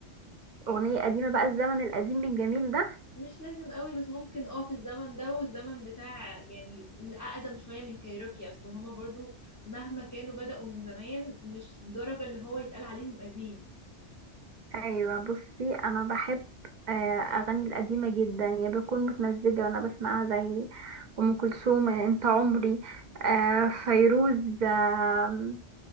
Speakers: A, on the right; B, on the left.
A: أغنية قديمة بقى الزمن القديم الجميل ده
B: مش لازم قوي بس ممكن اه في الزمن ده والزمن بتاع يعني الاقدم شوية من كايروكي اصل هما برضو مهما كانوا بدأوا من زمان مش الدرجة اللي هو يتقال عليهم قديم
A: ايوه بصي انا بحب آه، اغاني القديمه جدا يعني بكون متمزجه وانا بسمعها زي ام كلثوم انت عمري آه، فيروز آم،